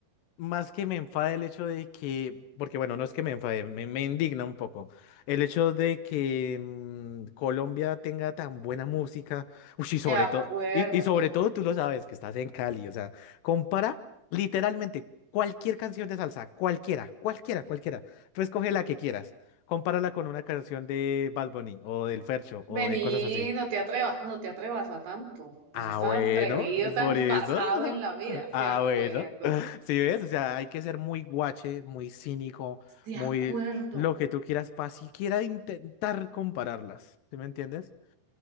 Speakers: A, on the left; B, on the right.
A: más que me enfade el hecho de que, porque bueno, no es que me enfade, me, me indigna un poco. El hecho de que mm, Colombia tenga tan buena música, ush, y sobre
B: De acuerdo.
A: todo, y, y sobre todo tú lo sabes, que estás en Cali, o sea, compara literalmente cualquier canción de salsa, cualquiera, cualquiera, cualquiera. Tú escoge la que quieras, compárala con una canción de Bad Bunny o del Fercho o
B: Vení,
A: de cosas así.
B: no te atrevas, no te atrevas a tanto,
A: Ah,
B: no seas tan
A: bueno,
B: atrevido, tan
A: por eso.
B: pasado
A: <laughs>
B: en la vida.
A: Ah,
B: De acuerdo,
A: bueno. <laughs> Sí, ves, o sea, hay que ser muy guache, muy cínico,
B: de
A: muy
B: acuerdo.
A: lo que tú quieras para siquiera intentar compararlas. ¿Sí me entiendes?